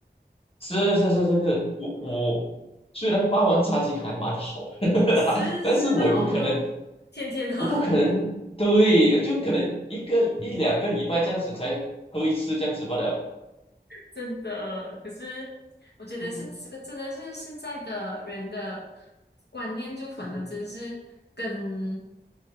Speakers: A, on the left (about 35°); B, on the left (about 75°).
A: 是是是是是，我我。虽然霸王茶姬还蛮好的，
B: 是是蛮好喝，
A: <laughs> 但是我也不可能
B: 天天喝。
A: 我不可能，
B: <laughs>
A: 对，就可能一个一两个礼拜这样子才喝一次这样子罢了。
B: 真的，可是我觉得现这个真的是现在的人的
A: <laughs>
B: 观念，就反而真是跟
A: 嗯哼